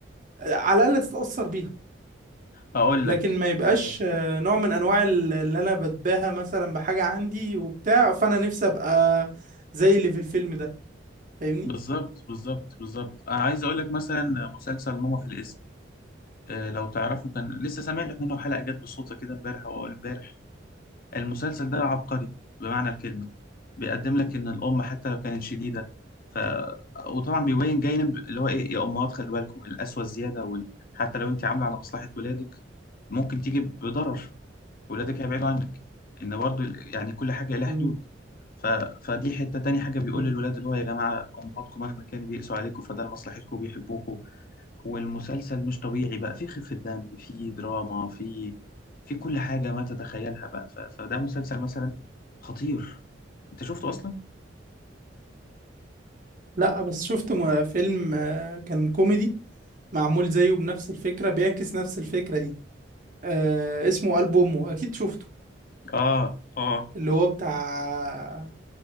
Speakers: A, on the right; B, on the left.
A: على الاقل تتأثر بيها
B: اقول
A: لكن
B: لك
A: ما يبقاش
B: آه،
A: آه، نوع من انواع ال- اللي انا بتباهى مثلا بحاجة عندي وبتاع فانا نفسي ابقى زي اللي في الفيلم ده فاهمني
B: بالظبط بالظبط بالظبط انا عايز اقول لك مثلا مسلسل ماما في الاسم آه، لو تعرفه كان لسه سامع لك منه حلقه جت بالصدفه كده امبارح او اول امبارح المسلسل ده عبقري بمعنى الكلمه بيقدم لك ان الام حتى لو كانت شديده ف وطبعا بيبين جانب اللي هو ايه يا امهات خلي بالكم القسوه الزياده وال... حتى لو انت عامله على مصلحه ولادك ممكن تيجي بضرر ولادك هيبعدوا عنك ان برضو ال- يعني كل حاجه لها
A: مم.
B: حدود ف... فدي حته تاني حاجه بيقول
A: مم.
B: للولاد اللي هو يا جماعه امهاتكم مهما كان بيقسوا عليكم فده لمصلحتكم بيحبوكوا والمسلسل مش طبيعي بقى في خفه دم في دراما في في كل حاجه ما تتخيلها بقى ف... فده مسلسل مثلا خطير انت شفته اصلا
A: لا بس شفت م- فيلم آه، كان كوميدي معمول زيه بنفس الفكرة بيعكس نفس الفكرة دي آه اسمه قلب امه اكيد شفته
B: اه اه
A: اللي هو بتاع